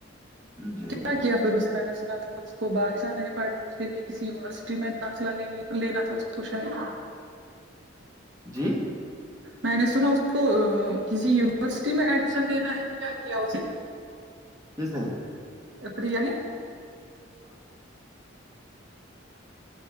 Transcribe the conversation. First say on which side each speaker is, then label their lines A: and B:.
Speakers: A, on the right; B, on the right.
A: جی جی
B: کیا کیا پھر اسے میں نے سنا تھا اس کو باہر جانے ہیں پڑھنے اس لیے کسی یونیورسٹی میں داخلہینی لینا تھا اس کو شاید
A: جی
B: میں نے سنا اس کو کسی یونیورسٹی میں ایڈمیشن لینا ہے کیا کیا اسے
A: کس نے
B: <inaudible>
A: <inaudible>